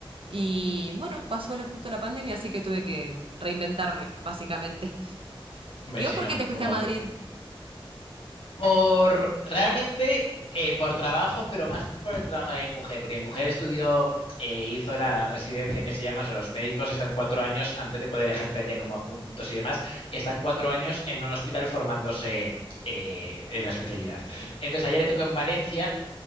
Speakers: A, on the right; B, on the left.
A: Y bueno, pasó lo- justo la pandemia, así que tuve que reinventarme, básicamente. <laughs>
B: hombre,
A: ¿Y
B: sí,
A: vos por
B: no,
A: qué te fuiste
B: como
A: a Madrid?
B: todo. Por, realmente, eh, por trabajo, pero más por el trabajo de mi mujer, porque mi mujer estudió, eh, hizo la, la residencia que se llama, o sea, los médicos están cuatro años, antes de poder ejercer ya como adjuntos y demás, están cuatro años en un hospital formándose eh, en la especialidad. Entonces, ayer le tocó en Valencia.